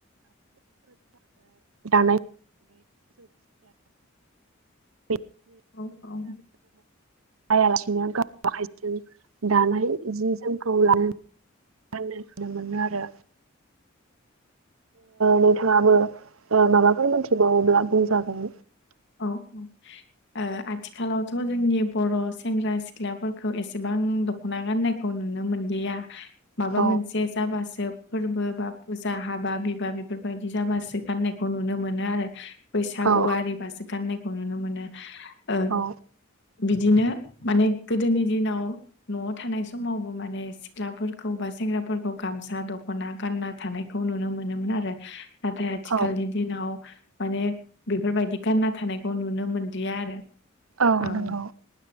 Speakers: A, on the right; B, on the left.
A: दानाय। <unintelligible>
B: औ औ
A: जायालासिनो गाव आखायजों दानाय जि जोमखौ लानो गाननो जोमनो मोनो आरो। नोंथाङाबो माबाफोर मिथिबावोब्ला बुंजागोन।
B: औ औ आथिखालावथ' जोंनि बर' सेंग्रा सिख्लाफोरखौ एसेबां आं दख'ना गाननायखौ नुनो मोनलिया माबा
A: औ
B: मोनसे जाबासो फोरबो बा फुजा हाबा एबा बेफोरबायदि जाबासो गाननायखौ नुनो मोनो आरो बैसागुआरि
A: औ
B: बासो गाननायखौ नुनो मोनो ओ
A: औ
B: बिदिनो माने गोदोनि दिनाव न'आव थानाय समावबो माने सिख्लाफोरखौ बाय सेंग्राफोरखौ गामसा दख'ना गानना थानायखौ नुनो मोनोमोन आरो। नाथाय आथिखालनि
A: औ
B: दिनाव माने बेफोरबायदि गानना थानायखौ नुनो मोनदिया आरो।
A: औ
B: ओ
A: नंगौ।